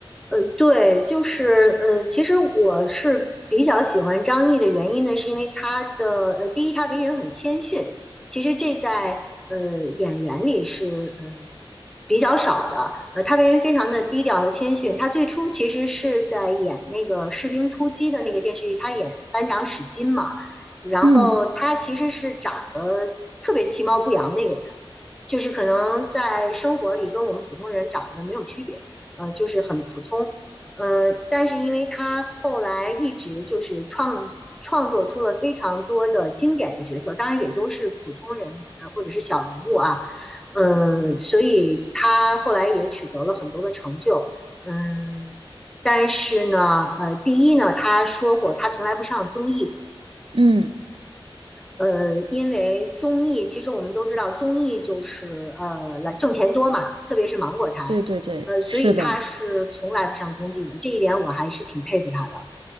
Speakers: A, in the centre; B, on the right (about 65°).
A: 呃，对，就是呃，其实我是比较喜欢张译的原因呢，是因为他的呃，第一，他为人很谦逊，其实这在呃演员里是呃比较少的。呃，他为人非常的低调和谦逊。他最初其实是在演那个《士兵突击》的那个电视剧，他演班长史金嘛。然后他其实是长得
B: 嗯
A: 特别其貌不扬的一个人，就是可能在生活里跟我们普通人长得没有区别。呃，就是很普通。呃，但是因为他后来一直就是创创作出了非常多的经典的角色，当然也都是普通人呃或者是小人物啊，嗯，呃所以他后来也取得了很多的成就，嗯，呃但是呢，呃，第一呢，他说过他从来不上综艺，
B: 嗯，
A: 呃，因为综艺，其实我们都知道，综艺就是呃来挣钱多嘛，特别是芒果台，
B: 对对对，
A: 呃，所以他是从来不上综艺的，
B: 是的。
A: 这一点我还是挺佩服他的。